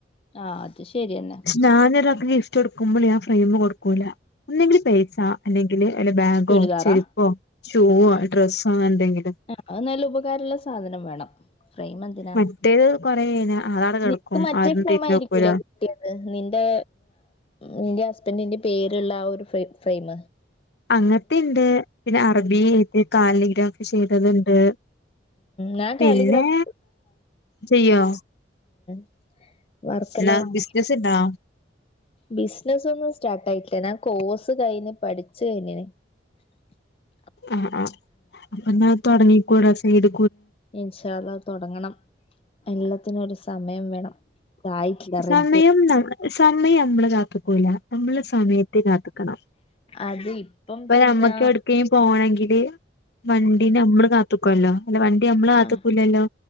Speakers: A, on the left (about 30°); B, on the left (about 60°).
A: ആഹ് അത് ശരിയെന്നെ
B: പക്ഷെ ഞാനൊരു അഭി ഇനിഗിഫ്റ്റ് കൊടുക്കുമ്പോളെ ഞാൻ ഫ്രെയിംകോടും ഒക്കൂല ഒന്നെങ്കി പൈസ അല്ലെങ്കില് വല്ല ബാഗോ
A: ചുരിദാറാ
B: ചെരുപ്പോ ഷൂവോ
A: ഉം
B: ഡ്രസ്സോ അങ്ങനെ എന്തെങ്കിലും
A: അത് നല്ല ഉപകാരമുള്ള സാധനം വേണം ഫ്രെയിം എന്തിനാ
B: മറ്റേത് കൊറേ കഴിഞ്ഞാ അതവിടെ കിടക്കും
A: നിനക്ക് മറ്റേ
B: ആരും
A: ഫ്രെയിം
B: തിരിഞ്ഞു
A: ആയിരിക്കുംല്ലേ
B: നോക്കൂല
A: കിട്ടിയത് നിന്റെ നിന്റെ അത്തന്റെ പേരുള്ള ആ ഒരു ഫ ഫ്രെയിം
B: അങ്ങത്തെുണ്ട് പിന്നെ അറബിത് കാലിഗ്രാഫി ചെയ്തതുണ്ട്
A: ഞാൻ കാലിഗ്രാഫി
B: പിന്നെ ചെയ്യോ
A: ആഹ് വർക്കെല്ലാം
B: എന്നാ
A: വാങ്ങി
B: ബിസിനസ് ഇണ്ടോ
A: ബിസിനസ് ഒന്നും സ്റ്റാർട്ട് ആയിട്ടില്ല ഞാൻ കോഴ്സ് കഴിഞ്ഞു പഠിച്ചു കഴിയിഞ്ഞിന് <inaudible>
B: ആഹ ആ് അപ്പൊ എന്നാ തുടങ്ങിക്കൂട വീട്
A: ഇൻഷാ അല്ല തുടങ്ങണം എല്ലാത്തിനും ഒരു സമയം വേണം ആയിട്ടില്ല റെഡ്ഡിയ
B: സമയം നമ്മ സമയം നമ്മളെ കാത്ത് ക്കൂല നമ്മള് സമയത്തെ കാത്ത് നിക്കണം
A: അത് ഇപ്പം
B: പ്പോ
A: പിന്നെ
B: ഒരു അമ്മക്ക് എവിക്കെങ്കിളും പോണമെങ്കിൽ ങ്കിൽ വണ്ടിന നമ്മള് കാത്തു നിക്കുവല്ലോ അല്ല വണ്ടി നമ്മള് കാത്ത്ക്കൂല്ലല്ലോ
A: ആഹ്